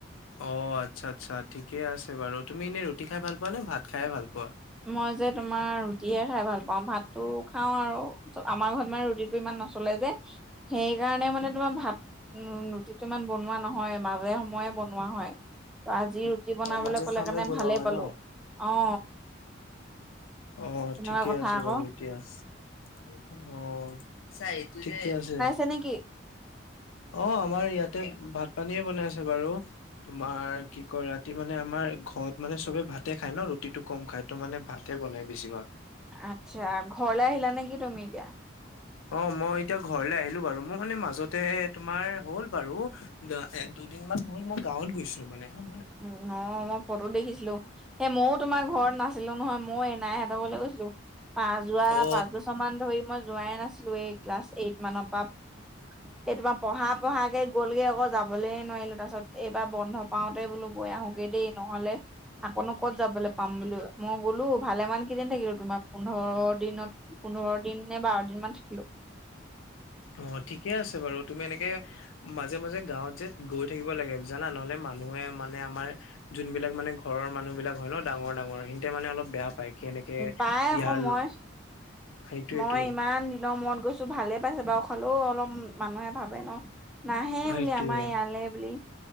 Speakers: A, on the left; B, in the centre.
A: অ আচ্ছা আচ্ছা ঠিকে আছে বাৰু তুমি এনেই ৰুটি খাই ভাল পোৱা নে ভাত খাইয়ে ভাল পোৱা?
B: মই যে তোমাৰ ৰুটিহে খাই ভাল পাও, ভাতটো খাও আৰু <unintelligible> আমাৰ ঘৰত মানে ৰুটিটো ইমান ন চলে যে সেইকাৰণে মানে তোমাৰ ভাত উম ৰুটিটো ইমান বনোৱা নহয় মাজে সময়ে বনোৱা হয়। ত আজি ৰুটি বনাবলৈ
A: অ মাজে
B: ক'লে
A: খামে
B: কাৰণে
A: বনোৱা
B: ভালেই
A: হয়
B: পালো,
A: ন
B: অ।
A: অ
B: তেনেকুৱা
A: ঠিকে
B: কথা
A: আছে
B: আকৌ
A: বাৰু এতিয়া চ অ', ঠিকে আছে।
B: তেনেকেই।
A: অ', আমাৰ ইয়াতে ভাত পানীয়ে বনাইছে বাৰু। তোমাৰ কি কয় ৰাতি মানে আমাৰ ঘৰত মানে চবে ভাতে খাই ন' ৰুটিটো ক'ম খাই। তো মানে ভাতে বনাই বেছিভাগ।
B: আচ্ছা, ঘৰলে আহিলা নে কি তুমি এতিয়া?
A: অ', মই এতিয়া ঘৰলে আহিলো বাৰু, মোৰ মানে মাজতে তোমাৰ হ'ল বাৰু এক দুদিনমান হ'ল মই গাঁৱত গৈছিলো মানে আমাৰ।
B: উ, অ', মই ফটো দেখিছিলো, সেই ময়ো তোমাৰ ঘৰত নাছিলো নহয় ময়ো এনাই হঁতৰ ঘৰলৈ গৈছি লো, যোৱা
A: অ
B: পাঁচ বছৰ মান ধৰি মই যোৱাই নাছিলো এই ক্লাছ এইট মানৰ পৰা। এই তোমাৰ পঢ়া পঢ়াকে গ'লগে আকৌ যাবলে নোৱাৰিলো, তাৰ পিছত এইবাৰ বন্ধ পাওঁতে বোলো গৈ আহোগে দেই নহ'লে আকৌনো ক'ত যাবলৈ পাম বোলো, মই গ'লো ভালেমান কেইদিন থাকিলো, তোমাৰ পোন্ধৰ দিনত পোন্ধৰ দিন নে বাৰ দিন মান থাকিলো।
A: অ', ঠিকে আছে বাৰু তুমি এনেকে মাজে মাজে গাঁৱত যে গৈ থাকিব লাগে জানা, নহ'লে মানুহে মানে আমাৰ যোনবিলাক মানে ঘৰৰ মানুহ বিলাক হয় ন' ডাঙৰ ডাঙৰ সিহতে মানে অলপ বেয়া পায়। কেনেকে
B: পাই
A: ইয়াৰ
B: আকৌ মই
A: সেইটোয়েতো
B: মই ইমান দিনৰ মূৰত গৈছো ভালে পাইছে বাও, হ'লেও অলপ মানুহে ভাবে ন'! নাহে
A: সেইটোয়ে
B: বুলি আমাৰ ইয়ালে বুলি,